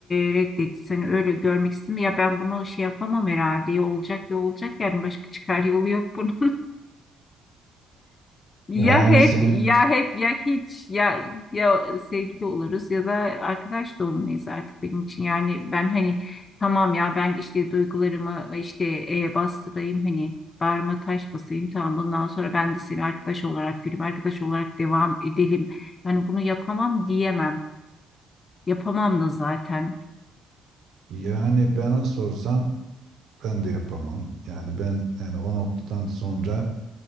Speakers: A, on the left; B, on the right.
A: e, reddetti. Seni öyle görmek istemiyor. Ya ben bunu şey yapamam herhalde. Ya olacak ya olacak yani başka çıkar yolu yok bunun. Ya
B: yani
A: hep
B: senin
A: ya hep ya hiç ya ya sevgili oluruz ya da arkadaş da olmayız artık benim için. Yani ben hani tamam ya ben işte duygularımı işte e, bastırayım hani bağrıma taş basayım tamam bundan sonra ben de seni arkadaş olarak göreyim arkadaş olarak devam edelim. Yani bunu yapamam diyemem. Yapamam da zaten.
B: yani bana sorsan ben de yapamam yani ben yani o noktadan sonra